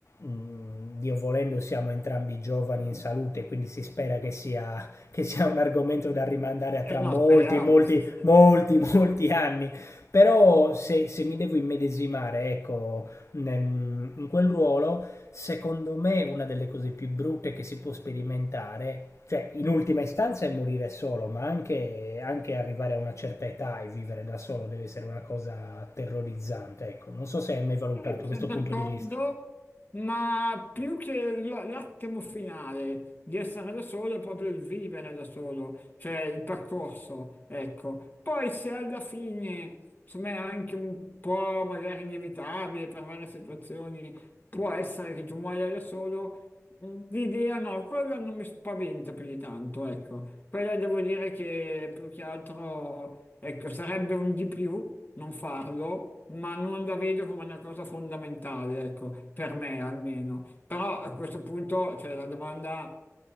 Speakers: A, on the left; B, on the left.
A: mh, Dio volendo, siamo entrambi giovani in salute, quindi si spera che sia, che sia un argomento da rimandare a tra
B: E no,
A: molti,
B: speriamo,
A: molti,
B: sì, sì.
A: molti, molti anni. Però se, se mi devo immedesimare, ecco, nel- in quel ruolo, secondo me una delle cose più brutte che si può sperimentare, cioè in ultima istanza è morire solo, ma anche, anche arrivare a una certa età e vivere da solo deve essere una cosa terrorizzante, ecco. Non so se hai mai valutato
B: Sì, sono
A: questo
B: d'accordo,
A: punto di vista.
B: ma più che l- l'attimo finale di essere da solo è proprio il vivere da solo, cioè il percorso, ecco. Poi se alla fine, insomma, è anche un po' magari inevitabile per varie situazioni, può essere che tu muoia da solo, mm, l'idea no, quella non mi spaventa più di tanto, ecco. Quella devo dire che più che altro, ecco, sarebbe un di più non farlo, ma non la vedo come una cosa fondamentale, ecco, per me almeno. Però a questo punto, cioè, la domanda